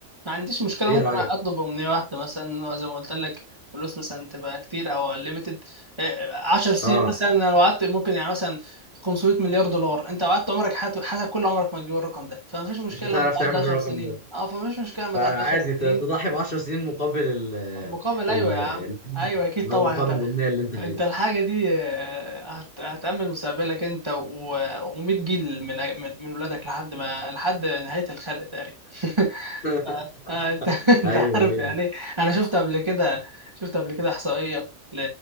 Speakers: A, on the right (about 20°); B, on the left (about 40°).
A: ما عنديش مشكلة
B: ايه
A: ممكن
B: رايك
A: أطلب أمنية واحدة مثلا زي ما قلت لك فلوس مثلا تبقى كتير أو ليميتد 10 سنين
B: اه
A: مثلا لو قعدت ممكن يعني مثلا 500 مليار دولار أنت قعدت عمرك حياتك حياتك كل عمرك ما تجيب الرقم ده فمفيش مشكلة
B: مش هتعرف
A: لما تعدي
B: تعمل
A: 10
B: الرقم
A: سنين
B: ده
A: أه فمفيش مشكلة لما
B: فعادي
A: تعدي 10 سنين
B: ت- تضحي ب 10 سنين مقابل ال
A: مقابل
B: ال
A: أيوه يا عم
B: الفلوس
A: أيوه أكيد طبعا
B: او مقابل
A: أنت
B: الامنيه اللي انت عايزها
A: أنت الحاجة دي آه، هت- هتأمن مستقبلك أنت و100 جيل من من من ولادك لحد ما لحد نهاية الخلق تقريبا <laughs>
B: <laughs>
A: آه، انت <laughs> انت
B: ايوه
A: عارف
B: ايوه
A: يعني ايه انا شفت قبل كده شفت قبل كده احصائيه ل-